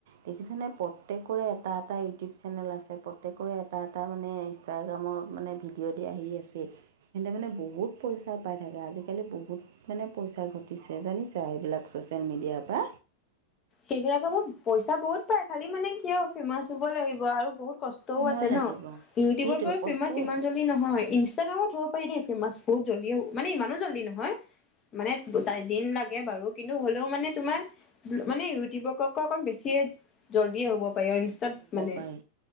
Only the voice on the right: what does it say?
দেখিছেনে প্ৰত্যেকৰে এটা এটা ইউটিউব চেনেল আছে প্ৰত্যেকৰে এটা এটা মানে ইনষ্টাগ্ৰামত মানে ভিডিঅ' দি আহি আছে। সিহঁতে মানে বহুত পইচা পাই থাকে আজিকালি বহুত মানে পইচা ঘটিছে জানিছা সেইবিলাক ছ'চিয়েল মিডিয়াৰ পা
সময়
লাগিব
সেইটোৱে
কষ্ট
আছে
হ'ব
পাৰে